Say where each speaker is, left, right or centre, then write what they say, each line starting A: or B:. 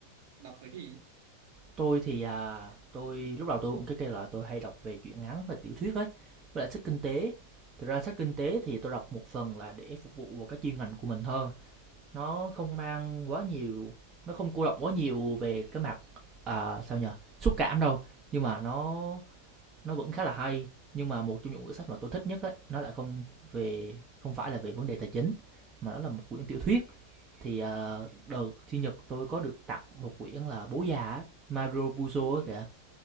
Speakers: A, on the right (about 55°); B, on the right (about 25°).
A: đọc về cái gì
B: Tôi thì, à, tôi lúc đầu tôi cũng cái kêu là tôi hay đọc về truyện ngắn và tiểu thuyết ấy, với lại sách kinh tế. Thực ra sách kinh tế thì tôi đọc một phần là để phục vụ vào cái chuyên ngành của mình hơn. Nó không mang quá nhiều, nó không cô động quá nhiều về cái mặt à, sao nhờ, xúc cảm đâu, nhưng mà nó nó vẫn khá là hay. Nhưng mà một trong những quyển sách mà tôi thích nhất ấy, nó lại không về không phải là về vấn đề tài chính mà nó là một quyển tiểu thuyết thì ờ, đợt sinh nhật tôi có được tặng một quyển là bố già Mario Puzo
A: Ừ.
B: á kìa